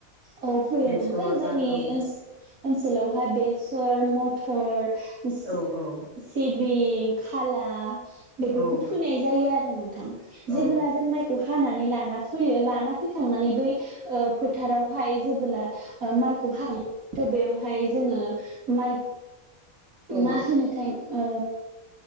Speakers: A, on the right; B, on the right.
A: औ फोयो
B: बेसर
A: नोंथां जोंनि
B: बा औ
A: ओनस ओनसोलावहा बे सर, मथर सि-सिब
B: औ औ
A: बिं, खाला बेफोरखौ
B: औ
A: फोनाय जायो आरो नों
B: औ
A: जेबोला जों माइखौ हा हानानै लाना फैयो लाना फैखांनानै बै ओ फोथारावहाय जेबोला ओ माइ खौहाय थ' बेयावहाय जोङो माइ
B: औ
A: मा होनोथाय ओ